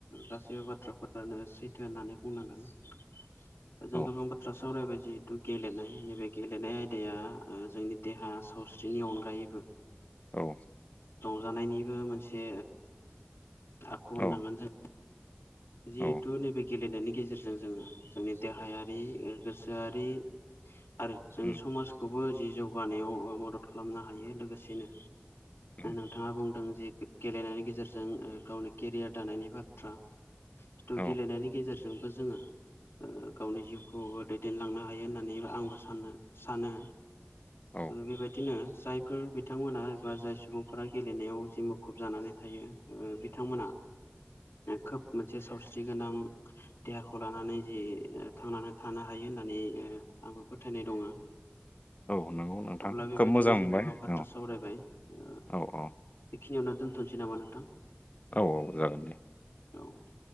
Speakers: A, on the left; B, on the left.
A: गासैबो बाथ्राफोरानो सैथो होननानै बुंनांगोन। <inaudible> जों
B: औ
A: गोबां बाथ्रा सावरायबाय जिहेथु गेलेनाय नैबे गेलेनाय आयदाया जोंनि देहा सावस्रिनि अनगायैबो
B: औ
A: रं जानायनिबो मोनसे आख होननांगोन
B: औ
A: जों जिहेतु
B: औ
A: नैबे गेलेनायनायनि ग गेजेरजों जोङो जोंनि देहायारि गोसोआरि आरो जोंनि
B: उम
A: समाजखौबो जि जौगानायाव मदद खालामनो हायो लोगोसेनो
B: उम
A: नोंथाङा बुंदों जि गेलेनायनि गेजेरजों गावनि केरियार दानायनि बाथ्रा जिथु
B: औ
A: गेलेनायनि गेजेरजोंबो जोङो गावनि जिउखौ दैदेनलांनो हायो होननानै आंबो सानो सानो
B: औ
A: बेबायदिनो जायफोर बिथांमोना एबा जाय सुबुंफोरा गेलेनायाव जि मुखुब जानानै थायो ओ बिथांमोना खोब मोनसे सावस्रि गोनां देहाखौ लानानै जि थांनानै थानो हायो होननानै ओ आंबो फोथायनाय दङ ओ
B: औ नंगौ नोंथां
A: अब्ला बेबायदिनो
B: खोब मोजां मोनबाय
A: जों गोबां बाथ्रा
B: औ
A: सावरायबाय ओ
B: औ औ
A: बेखिनियावनो दोनथनोसै नामा नोंथां
B: औ औ जागोन दे
A: औ